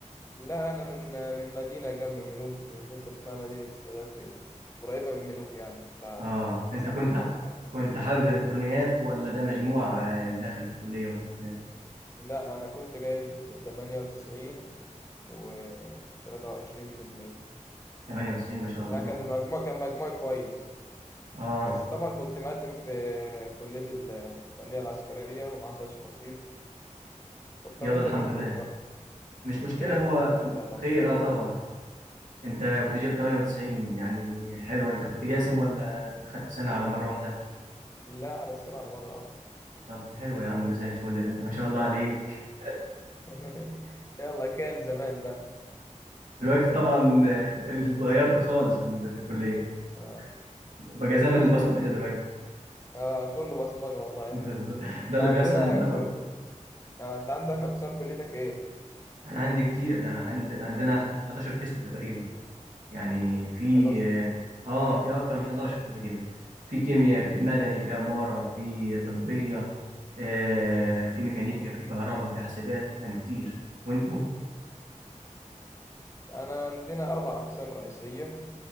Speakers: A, on the left; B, on the right.
A: لا أنا من من مدينة جنب منوف حتة اسمها مدينة السادات كده قريبة من منوف يعني بتاع
B: اه انت
A: ساعتين
B: كنت
A: ولا حاجة
B: كنت حابب الالكترونيات ولا ده مجموع آه، اللي دخل الكليه وكده
A: لا أنا كنت جايب تمانية وتسعين وتلاتة وعشرين في المية
B: 98 ما شاء الله
A: لا كان المجموع كان مجموعي كويس
B: اه
A: بس طبعا كنت مقدم في كلية الفنية العسكرية وما حصلش نصيب فاضطريت
B: يلا الحمد
A: أجي منوف
B: لله
A: بقى
B: مش مشكله
A: خير
B: هو
A: الحمد لله طبعا
B: خير اه طبعا انت كنت جايب 98 يعني حلو انت كنت جاسم ولا خدت سنه على مره واحده
A: لا على السنة على مرة واحدة
B: طب حلو يا عم ده زي الفل ده انت ما شاء الله عليك
A: <laughs> يلا كان زمان بقى
B: دلوقتي طبعا آه، <laughs> اتغيرت خالص في ال- في الكليه
A: ما
B: بقى
A: قلتليش
B: زمن البصمجه دلوقتي
A: اه كله بصمجة والله
B: <laughs> بالظبط. ده
A: احنا
B: اللي
A: عندنا
B: بيحصل عندنا
A: كل آه انت عندك اقسام كليتك ايه
B: انا عندي كتير انا عندي عندنا 11 قسم تقريبا يعني في
A: 11
B: اه في اكتر من 11 تقريبا في كيمياء
A: مم.
B: في مدني في عمارة في طبية آه في ميكانيكا في كهرباء في حاسبات يعني كتير وانتوا
A: انا عندنا اربع اقسام رئيسية